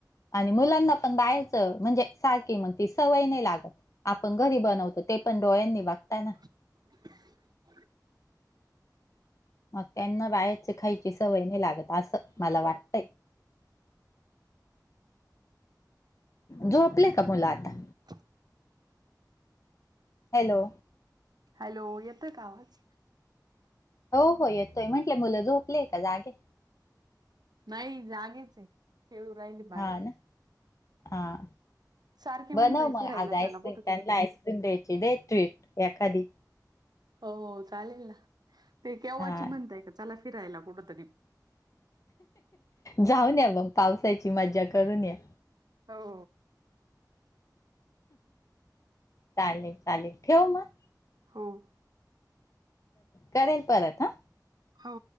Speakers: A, on the left (about 45°); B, on the right (about 65°).
A: आणि मुलांना पण बाहेरच म्हणजे सारखी मग ती सवय नाही लागत. आपण घरी बनवतो ते पण डोयांनी बगताय ना.
B: <inaudible>
A: मग त्यांना बाहेरचं खायची सवय नाही लागत असं मला वाटतंय. झोपल्या का मुलं आता.
B: ह <inaudible>
A: हॅलो.
B: हॅलो येतं का आवाज.
A: हो हो येतोय म्हंटलं मुलं झोपलेय का जागे
B: नाही जागेच आहे खेळू राहिले बाहेर
A: हां ना. हां.
B: सारखे
A: बनव
B: म्हणतंय
A: मग
B: फिरायला
A: आज आईस्क्रीम
B: चला कुठं
A: त्यांना
B: तरी
A: आईस्क्रीम द्यायची दे ट्विट एखादी
B: हो चालेल ना ते केव्हाची
A: हा
B: म्हणताय का चला फिरायला कुठतरी
A: जाऊन या मग पावसाची मज्जा करून या
B: हो
A: चालेल चालेल ठेव मग
B: हम्म
A: करेन परत हा
B: हो